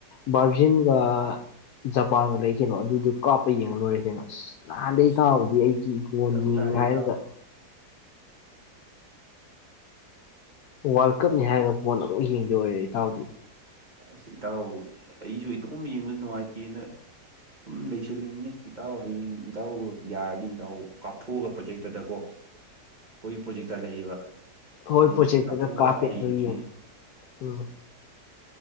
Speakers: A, on the left; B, on the right.
A: ꯕꯥꯔꯖꯤꯟ ꯆꯤꯟꯒ ꯖꯄꯥꯟꯒ ꯂꯩ ꯀꯩꯅꯣ ꯑꯗꯨꯗꯨ ꯀꯥꯞꯄ ꯌꯦꯡꯉ ꯂꯣꯏꯔꯦ ꯀꯩꯅꯣ ꯑꯁ ꯅꯥꯟꯗꯩ
B: ꯑꯁ
A: ꯇꯥꯕꯗꯤ ꯑꯩꯗꯤꯕꯣꯟ
B: ꯆꯞ
A: ꯌꯦꯡꯉꯦ
B: ꯆꯥꯔꯦ
A: ꯍꯥꯏꯔꯒ
B: ꯏꯇꯥꯎ
A: ꯋꯥꯔꯜ ꯀꯞꯅꯤ ꯍꯥꯏꯔꯒ ꯄꯣꯠ ꯑꯃꯨꯛ ꯌꯦꯡꯗ ꯑꯣꯏꯔꯦ ꯏꯇꯥꯎꯗꯤ
B: ꯑꯁ ꯏꯇꯥꯎ ꯑꯩꯁꯨ ꯏꯇꯣꯝ ꯌꯦꯡꯕꯁꯨ ꯅꯨꯡꯉꯥꯏꯇꯦꯅ ꯁꯨꯝ ꯂꯩꯁꯤꯜꯂꯤꯅꯤꯅꯦ ꯏꯇꯥꯎ ꯍꯌꯦꯡ ꯏꯇꯥꯎꯒ ꯌꯥꯔꯗꯤ ꯏꯇꯥꯎ ꯀꯥꯞꯊꯣꯛꯑꯒ ꯄ꯭ꯔꯣꯖꯦꯛꯇꯗꯀꯣ ꯑꯩꯈꯣꯏ ꯄ꯭ꯔꯣꯖꯦꯛꯇ ꯂꯩꯌꯦꯕ
A: ꯍꯣꯏ
B: ꯑꯗꯨꯗꯩ
A: ꯄ꯭ꯔꯣꯖꯦꯛꯇꯒ
B: ꯀꯥꯞꯊꯣꯛꯑꯒ
A: ꯀꯥꯞꯄꯦ
B: ꯆꯥꯎꯅ
A: ꯑꯗꯨ
B: ꯌꯦꯡꯈꯤꯅꯦ
A: ꯌꯦꯡꯉꯦ ꯎꯝ